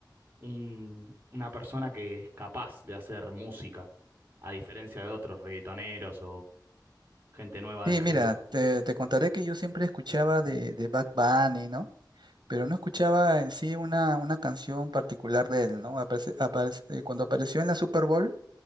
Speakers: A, on the right; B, on the right.
A: un, una persona que es capaz de hacer música, a diferencia de otros reggaetoneros gente nueva
B: Sí,
A: del género.
B: mira, te, te contaré que yo siempre escuchaba de, de Bad Bunny, ¿no? Pero no escuchaba en sí una, una canción particular de él, ¿no? Aparece- aparece- eh, cuando apareció en la Super Bowl,